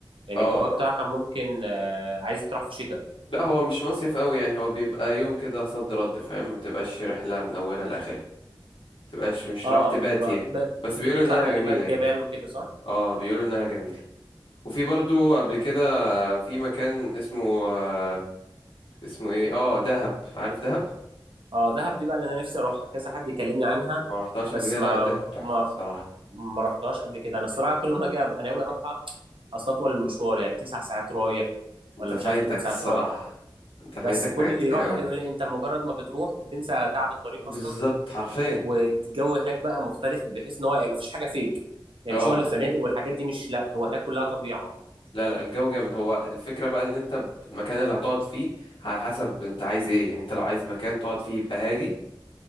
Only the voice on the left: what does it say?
اه
لا هو مش مصيف قوي يعني هو بيبقى يوم كده صد رد فاهم ما تبقاش رحله من اولها لاخرها تبقاش مش
رايح تبات
يعني
بس
بيقولوا انها
جميله
يعني
اه بيقولوا انها جميله وفي برضو قبل كده في مكان اسمه آه اسمه ايه اه دهب عارف دهب
ما رحتهاش
قبل كده
لا دهب تحفه
الصراحه
إن-
انت
فايتك
الصراحه
انت فايتك
حاجات
كتير
قوي
بالظبط
حرفيا
اه
يعني
لا لا الجو جامد هو الفكرة بقى ان انت المكان اللي هتقعد فيه على حسب انت عايز ايه يعني انت لو عايز مكان تقعد فيه يبقى هادي